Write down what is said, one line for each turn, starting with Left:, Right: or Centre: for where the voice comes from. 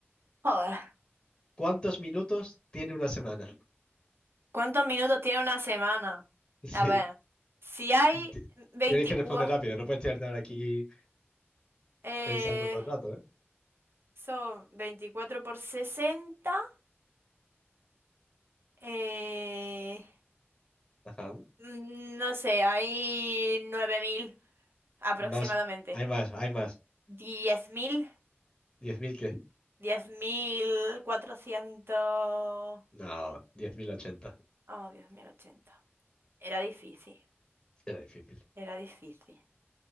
Right: Joder.
Left: ¿Cuántos minutos tiene una semana? <laughs>
Right: ¿Cuántos minutos tiene una semana?
Left: Sí.
Right: A ver. Si hay
Left: Ti-
Right: 24,
Left: Tienes que responder rápido. No puedes tirarte ahora aquí
Right: eh,
Left: pensando todo el rato, ¿eh?
Right: son 24 por 60. Eh,
Left: Ajá.
Right: mm, no sé, hay 9.000 aproximadamente.
Left: Más. Hay más, hay más.
Right: diez diez mil
Left: diez mil qué?
Right: diez mil cuatrocientos
Left: No, diez mil ochenta
Right: Oh, diez mil ochenta Era difícil,
Left: Era difícil.
Right: era difícil.